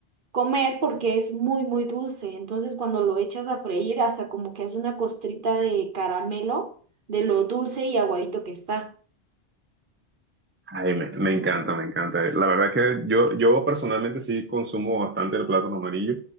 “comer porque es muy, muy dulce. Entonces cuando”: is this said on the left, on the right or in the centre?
Right